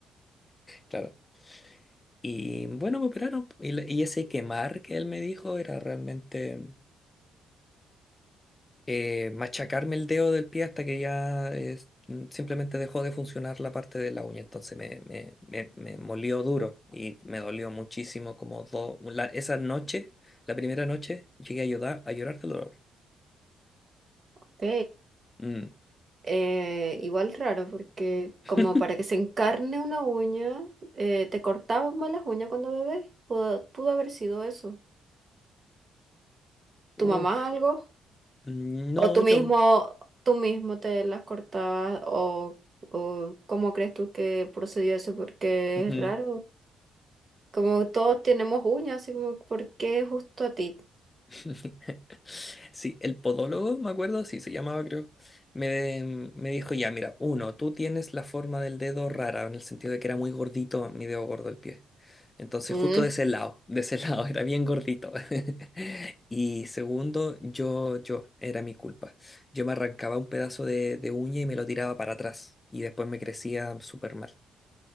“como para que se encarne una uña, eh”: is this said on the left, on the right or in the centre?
Right